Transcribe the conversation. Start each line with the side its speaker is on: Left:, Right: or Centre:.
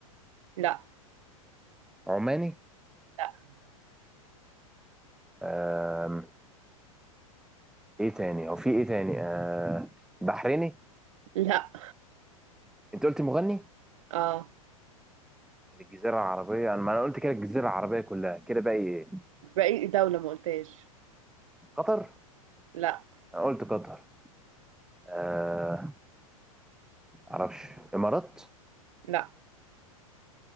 Right: لا
Centre: عماني
Right: لا
Centre: آه ايه تاني هو في ايه تاني آه بحريني
Right: لا
Centre: انت قلت مغني
Right: اه
Centre: من الجزيره العربيه انا ما انا قلت كده الجزيره العربيه كلها كده باقي ايه
Right: باقي دولة ما قلتهاش
Centre: قطر
Right: لا
Centre: انا قلت قطر آه معرفش امارات
Right: لا